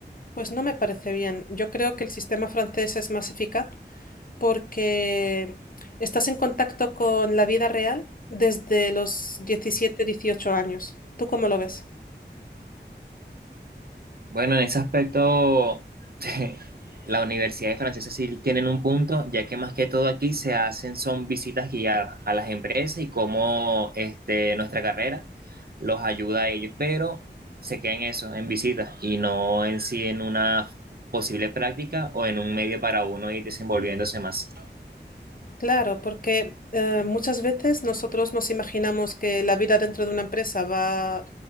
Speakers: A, on the left; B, on the right.
A: Pues no me parece bien. Yo creo que el sistema francés es más eficaz porque estás en contacto con la vida real desde los 17, 18 años. ¿Tú cómo lo ves?
B: Bueno, en ese aspecto, <laughs> la Universidad de Francesa sí tienen un punto, ya que más que todo aquí se hacen son visitas guiadas a las empresas y cómo este, nuestra carrera los ayuda a ellos, pero se queda en eso, en visitas, y no en sí en una posible práctica o en un medio para uno ir desenvolviéndose más.
A: Claro, porque eh, muchas veces nosotros nos imaginamos que la vida dentro de una empresa va,